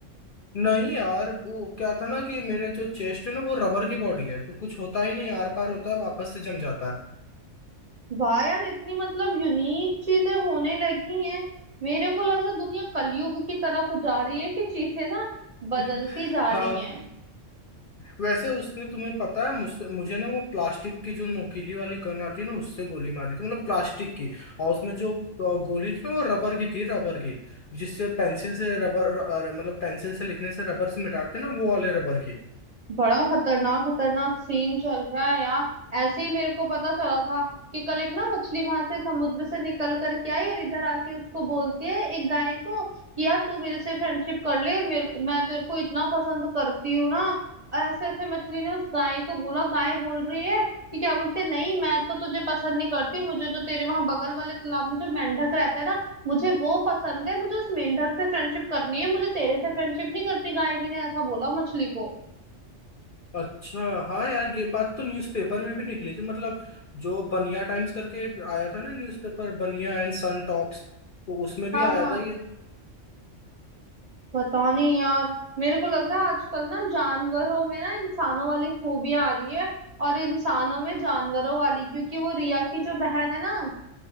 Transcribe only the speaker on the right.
वाह यार इतनी मतलब यूनिक चीजें होने लगी हैं मेरे को लग रहा है दुनिया कलयुग की तरफ जा रही है कि चीजें ना बदलती
जा रही हैं
बड़ा खतरनाक खतरनाक सीन चल रहा है यार ऐसे ही मेरे को पता चला था कि कल एक ना मछली वहां से समुद्र से निकल करके आई और इधर आके उसको बोलती है एक गाय को कि यार तू मेरे से फ्रेंडशिप कर ले मेरे मैं तेरे को इतना पसंद करती हूँ ना और ऐसे ऐसे मछली ने उस गाय को बोला गाय बोल रही है कि क्या बोलते हैं, नहीं मैं तो तुझे पसंद नहीं करती मुझे जो तेरे वहां बगल वाले तालाब में जो मेंढक रहता है ना मुझे वो पसंद है मुझे उस मेंढक से फ्रेंडशिप करनी है मुझे तेरे से फ्रेंडशिप नहीं करती गाय जी ने ऐसा बोला मछली को
हाँ
हाँ
बताओ नहीं यार मेरे को लग रहा है आजकल ना जानवरों में ना इंसानों वाली खूबियां आ रही है और इंसानों में जानवरों वाली क्योंकि वो रिया की जो बहन है ना